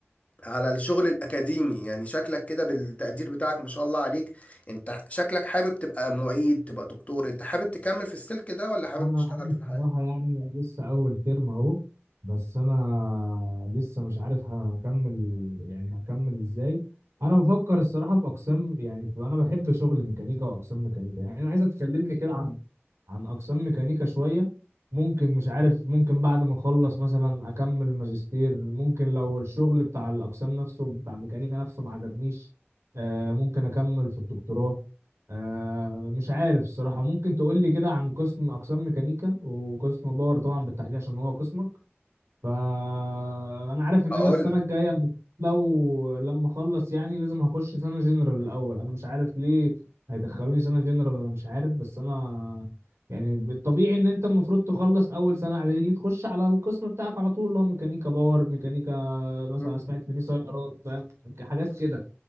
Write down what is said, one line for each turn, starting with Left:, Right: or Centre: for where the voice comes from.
Left: على الشغل الاكاديمي يعني شكلك كده بالتقدير بتاعك ما شاء الله عليك انت شكلك حابب تبقى معيد تبقى دكتور انت حابب تكمل في السلك ده ولا حابب
Right: انا
Left: تشتغل
Right: انا
Left: في الحياه
Right: بصراحه يعني لسه اول ترم اهو بس انا لسه مش عارف هكمل يعني هكمل ازاي انا بفكر الصراحه في اقسام يعني ف- انا بحب شغل ميكانيكا واقسام ميكانيكا يعني انا عايزك تكلمني كده عن عن اقسام ميكانيكا شويه ممكن مش عارف ممكن بعد ما اخلص مثلا اكمل ماجستير ممكن لو الشغل بتاع الاقسام نفسه بتاع الميكانيكا نفسه ما عجبنيش آه ممكن اكمل في الدكتوراه آه مش عارف الصراحه ممكن تقول لي كده عن قسم اقسام ميكانيكا وقسم باور طبعا بالتحديد عشان هو قسمك فانا عارف ان
Left: اقول
Right: انا السنه الجايه لو لما اخلص يعني لازم هخش سنه جنرال الاول انا مش عارف ليه هيدخلوني سنه جنرال انا مش عارف بس انا يعني الطبيعي ان انت المفروض تخلص اول سنه اعدادي تخش على القسم بتاعك على طول اللي هو ميكانيكا باور ميكانيكا مثلا
Left: لك
Right: سمعت ان في سيارات فاهم حاجات كده